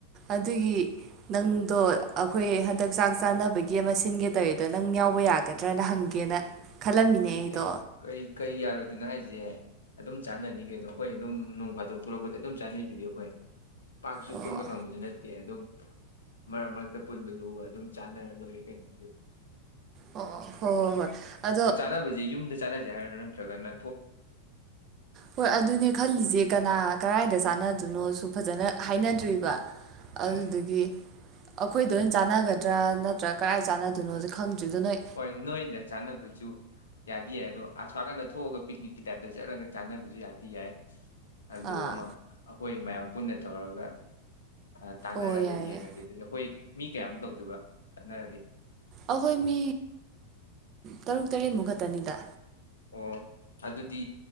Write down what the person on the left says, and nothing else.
ꯑꯦ ꯀꯩ ꯀꯩ ꯌꯥꯔꯣꯏꯗꯣꯏꯅꯣ ꯍꯥꯏꯁꯦ ꯑꯗꯨꯝ ꯆꯥꯟꯅꯅꯤ ꯀꯩꯅꯣ ꯑꯩꯈꯣꯏ ꯑꯗꯨꯝ ꯅꯣꯡ ꯐꯥꯗꯣꯛ ꯄꯨꯂꯛꯄꯗ ꯑꯗꯨꯝ ꯆꯥꯅꯩꯗꯨꯗꯤ ꯑꯩꯈꯣꯏ ꯄꯥꯛꯁꯨ
ꯄꯨꯟꯕ ꯈꯪꯕꯁꯨ ꯅꯠꯇꯦ ꯑꯗꯨꯝ ꯃꯔꯛ ꯃꯔꯛꯇ ꯄꯨꯟꯕꯗꯨ ꯑꯗꯨꯝ ꯆꯥꯟꯅꯔ ꯂꯣꯏꯔ ꯀꯩꯅꯣ ꯑꯗꯨꯗꯤ
ꯆꯥꯟꯅꯕꯁꯦ ꯌꯨꯝꯗ ꯆꯥꯟꯅꯖꯦ ꯍꯥꯏꯔ ꯅꯠꯇꯔ꯭ ꯒꯅ
ꯎꯝ
ꯍꯣꯏ ꯅꯣꯏꯗ ꯆꯥꯅꯕꯖꯨ ꯌꯥꯗꯤ ꯌꯥꯏ ꯑ ꯑꯁꫭꯝ ꯅꯀꯟꯗ ꯊꯣꯛꯑꯒ ꯄꯤꯛꯅꯤꯛꯀꯤ ꯇꯥꯏꯝꯗ ꯆꯠꯂꯒ ꯆꯥꯅꯕꯖꯨ ꯌꯥꯗꯤ ꯌꯥꯏ ꯑꯗꯨ
ꯑꯃ ꯑꯈꯣꯏ ꯃꯌꯥꯝ ꯄꯨꯟꯅ ꯇꯧꯔꯒ ꯑ ꯇꯥꯟꯅꯔꯒ
ꯌꯦꯡꯉꯁꯤ
ꯑꯗꯨꯗꯤ ꯑꯩꯈꯣꯏ ꯃꯤ ꯀꯌꯥꯃꯨꯛ ꯇꯧꯗꯣꯏꯕ ꯆꯠꯅꯔꯗꯤ
ꯑꯣ ꯑꯗꯨꯗꯤ